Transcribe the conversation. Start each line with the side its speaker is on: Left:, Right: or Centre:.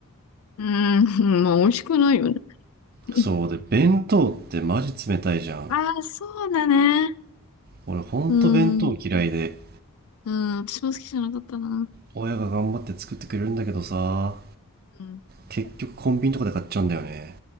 Left: うーん、<laughs> まあ、美味しくないよね。<laughs>
Right: そうで弁当ってマジ冷たいじゃん
Left: ああ、そうだね。
Right: 俺ほんと弁当嫌いで
Left: うーん、うん、私も好きじゃなかったな。
Right: 親が頑張って作ってくれるんだけどさ
Left: うん、
Right: 結局コンビニとかで買っちゃうんだよね